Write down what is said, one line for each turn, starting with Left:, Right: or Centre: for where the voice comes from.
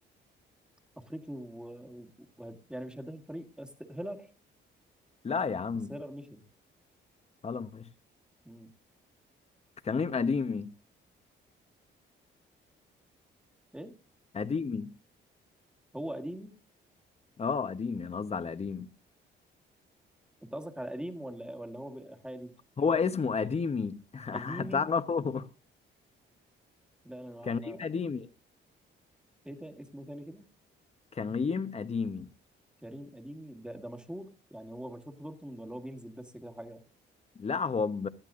Centre: افريقي و... و... يعني مش هداف الفريق أست... هيلر
Left: لا يا عم
Centre: بس هيلر مشي
Left: خلاص مش
Centre: مم.
Left: كريم
Centre: مر-
Left: قديمي
Centre: ايه
Left: قديمي
Centre: هو قديمي
Left: اه قديمي أنا قصدي على قديمي
Centre: انت قصدك على قديم ولا ولا هو بقى حالي
Left: هو اسمه قديمي <laughs>
Centre: قديمي
Left: هتعرفه
Centre: لا انا ما
Left: كان
Centre: ما-
Left: ريم قديمي
Centre: ايه ده اسمه تاني كده
Left: كان ريم قديمي
Centre: كريم قديمي ده ده مشهور يعني هو مشهور في دورتموند ولا هو بينزل بس كده حاجه
Left: لا هو ب...